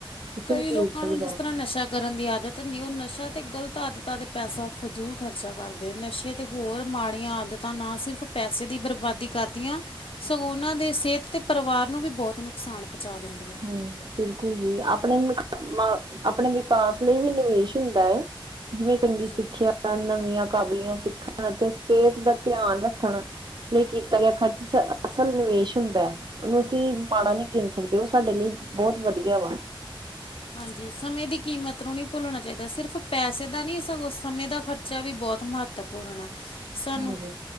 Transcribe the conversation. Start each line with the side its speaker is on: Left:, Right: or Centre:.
Right: ਕਿਸੇ
Left: ਕਈ
Right: ਵੀ ਚੀਜ਼
Left: ਲੋਕਾਂ
Right: ਦਾ
Left: ਨੂੰ
Right: ਗੁਜ਼ਾਰਾ
Left: ਜਿਸ ਤਰ੍ਹਾਂ
Right: ਨਹੀਂ
Left: ਨਸ਼ਾ ਕਰਨ ਦੀ ਆਦਤ ਹੁੰਦੀ ਹੈ, ਓ ਨਸ਼ਾ ਤੇ ਗ਼ਲਤ ਆਦਤਾਂ ਤੇ ਪੈਸਾ ਫਜੂਲ ਖ਼ਰਚਾ ਕਰਦੇ ਨਸ਼ੇ ਤੇ ਹੋਰ ਮਾੜੀਆਂ ਆਦਤਾਂ ਨਾ ਸਿਰਫ ਪੈਸੇ ਦੀ ਬਰਬਾਦੀ ਕਰਦੀਆਂ ਸਗੋਂ ਉਨਾਂ ਦੇ ਸੇਹਤ, ਤੇ ਪਰਿਵਾਰ ਨੂੰ ਵੀ ਬਹੁਤ ਨੁਕਸਾਨ ਪਹੁੰਚਾ ਦਿੰਦੀ ਆ।
Right: ਹੂੰ ਬਿਲਕੁੱਲ ਜੀ ਆਪਣੇ ਈ ਮ ਆਪਣੇ ਵਿਕਾਸ ਲਈ ਵੀ ਨਿਵੇਸ਼ ਹੁੰਦਾ ਐ, ਜਿਵੇਂ ਚੰਗੀ
Left: ਹਾਂਜੀ
Right: ਸਿੱਖਿਆ ਨਵੀਆਂ ਕਾਬਲੀਆਂ ਸਿੱਖਣ ਅਤੇ ਸੇਹਤ ਦਾ ਧਿਆਨ ਰੱਖਣ। ਲਈ ਕੀਤਾ ਗਿਆ ਖਰਚ, ਅਸਲ ਨਿਵੇਸ਼ ਹੁੰਦਾ ਹੈ ਉਹਨੂੰ ਅਸੀਂ ਮਾੜਾ ਨਹੀਂ ਗਿਣ ਸਕਦੇ, ਉਹ ਸਾਡੇ ਲਈ ਬਹੁਤ ਵਧੀਆ ਵਾ
Left: ਹਾਂਜੀ ਸਮਯ ਦੀ ਕੀਮਤ ਨੂੰ ਨਹੀਂ ਭੁੱਲਣਾ ਚਾਹੀਦਾ ਸਿਰਫ਼ ਪੈਸੇ ਦਾ ਨਹੀਂ ਸਗੋਂ ਸਮਯ ਦਾ ਖਰਚਾ ਵੀ ਬਹੁਤ ਮਹੱਤ ਤਵਪੂਰਨ ਐ, ਸਾਨੂੰ
Right: ਹਾਂਜੀ